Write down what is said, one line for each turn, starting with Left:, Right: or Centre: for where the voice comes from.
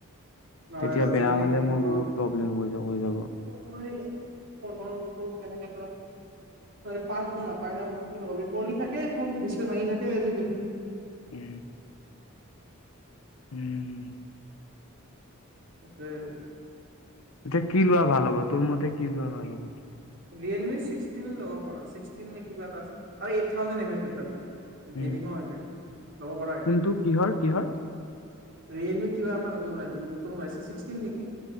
Right: নহয়
Left: তেতিয়া
Right: আজিকালি
Left: বেয়া হ'লে
Right: ফোনৰ
Left: মোৰ বহুত প্ৰব্লেম হৈ যাব হৈ যাব।
Right: ফো লাগিল ফোনৰ ক'ত কেনেকৈ তই তাৰ পাৰ্টছবোৰ নাপায় ন বহুত পৰি থাকে ফোন ডিছপ্লে ভাঙি থাকে আজিকালি
Left: উম উম
Right: এটোয়ে
Left: এতিয়া কি লোৱা ভাল হ'ব তোৰ মতে কি লোৱা ভাল হ'ব?
Right: ৰিয়েলমি ছিক্সটিন ল'ব পাৰা। ছিক্স টিন নে কিবা এটা আছে আৰু eight thousand M S battery gaming
Left: um
Right: ও হয় চাগে। ল'ব পাৰা সেইটো।
Left: কোনটো কিহৰ কিহৰ
Right: ৰিয়েলমি কিবা এটা নতুন <unintelligible> ছিক্সটিন নিকি?